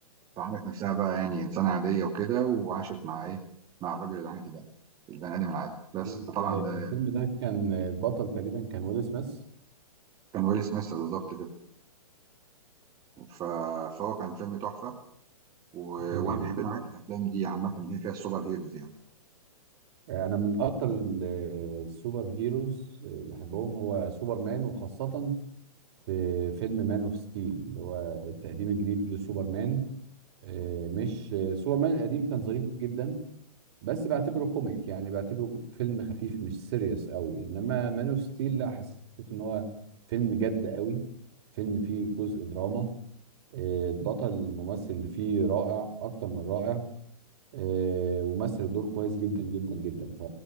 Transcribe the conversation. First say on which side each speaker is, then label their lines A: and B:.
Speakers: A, on the right (about 20°); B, on the right (about 40°).
A: فعملت نفسها بقى يعني انسانه عاديه وكده وعاشت مع ايه مع الراجل العادي ده البني ادم العادي بس
B: ال-
A: فطبعا ده
B: الفيلم ده كان البطل تقريبا كان ويل سميث
A: كان ويل سميث بالظبط كده ف... فهو كان فيلم تحفه و...
B: فيلم
A: وانا
B: جميل
A: بحب
B: جدا
A: نوعيه الافلام دي عامه اللي هي فيها السوبر هيروز يعني
B: يعني انا من اكتر ال- السوبر هيروز اللي بحبهم هو سوبر مان وخاصة في فيلم مان اوف ستيل اللي هو التقديم الجديد لسوبر مان آه، مش سوبر مان القديم كان ظريف جدا بس بعتبره كوميك يعني بعتبره فيلم خفيف مش سيريس قوي انما مان اوف ستيل لا حسيت ان هو فيلم جد قوي فيلم فيه جزء دراما آه، البطل الممثل اللي فيه رائع اكتر من رائع آه، ومثل الدور كويس جدا جدا جدا ف-